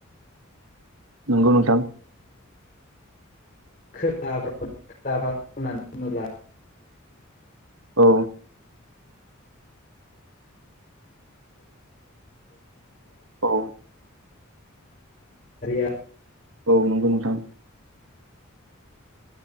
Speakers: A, on the right; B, on the left.
A: नंगौ नोंथां।
B: खोना <unintelligible> खोना होननानै बुङोब्ला
A: औ औ
B: <unintelligible> <unintelligible> <unintelligible>
A: औ नंगौ नोंथां।